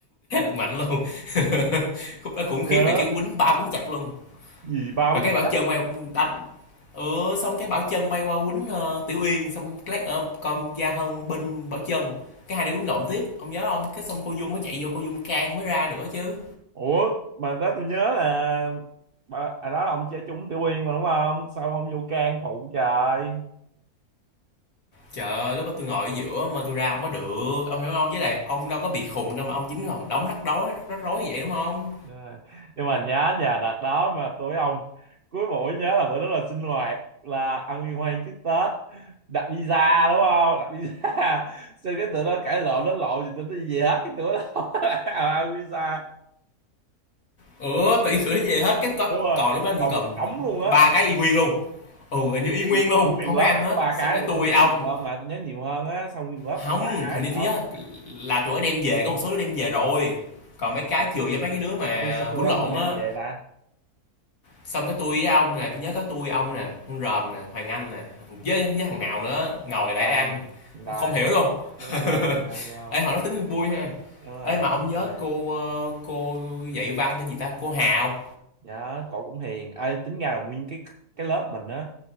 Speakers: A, on the left; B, on the right.
A: <laughs> mạnh luôn <laughs> khúc đó khủng khiếp
B: nhớ
A: thì chứ quýnh ba quýnh chặt luôn
B: gì ba
A: rồi
B: bốn
A: cái bảo
B: chập
A: chân quay đánh ừ, xong cái bảo chân bay qua quýnh ờ, tiểu uyên xong lát ở con gia hân binh bảo chân cái hai đứa quýnh lộn tiếp ông nhớ không cái xong cô dung mới chạy vô cô dung can mới ra được á chứ
B: ủa mà đó tôi nhớ là bà, à đó là ông chơi trúng Tiểu Uyên mà đúng không sao không vô can phụ trời
A: trời ơi lúc đó tôi ngồi ở giữa mà tôi ra không có được ông hiểu không với lại ông đâu có bị khùng đâu mà ông dính vào một đống rắc rối rắc rối vậy đúng không
B: Rồi. nhưng mà nhớ nhà đợt đó mà tụi ông cuối buổi nhớ là bữa đó là sinh hoạt là ăn liên hoan trước Tết đặt visa đúng không đặt visa <laughs> xin cái tụi nó cãi lộn nó lộn gì tụi nó gì hết cái tụi nó <laughs> không ăn visa
A: ừ tự nhiên tụi nó về hết cái có
B: đúng rồi
A: còn lúc đó
B: còn
A: chỉ còn
B: một đống luôn
A: ba
B: á
A: cái y nguyên luôn ừ hình như y nguyên
B: Gì?
A: luôn
B: Ủa nguyên
A: không
B: lớp
A: ai ăn
B: đặt
A: hết
B: có ba
A: xong
B: cái
A: cái
B: Ủa
A: tôi
B: tôi nhớ
A: ông
B: nhiều hơn mà tôi nhớ nhiều hơn á Xong nguyên lớp
A: Hông,
B: ăn ba cái
A: hình như
B: ông
A: tôi nhớ là tụi nó đem về, có một số đứa đem về rồi. Còn mấy cái
B: đem
A: chừa cho
B: về
A: mấy cái đứa mà
B: Tôi sao tôi
A: bún
B: không
A: lộn
B: không đem
A: á.
B: về ta
A: Xong cái tôi với ông nè, tôi nhớ có tôi ông nè, con Ròm nè, Hoàng Anh nè, với với thằng nào nữa ngồi
B: Tôi
A: lại
B: Toàn
A: ăn,
B: Toàn
A: không hiểu luôn.
B: Đúng
A: <laughs>
B: rồi toàn ăn không
A: Ê hồi đó tính vui ha.
B: Đúng rồi
A: Ê mà ông
B: đúng
A: nhớ
B: rồi.
A: cô ờ, cô dạy văn tên gì ta? Cô Hào
B: Nhớ cổ cũng hiền Ê tính ra là nguyên cái cái lớp mình á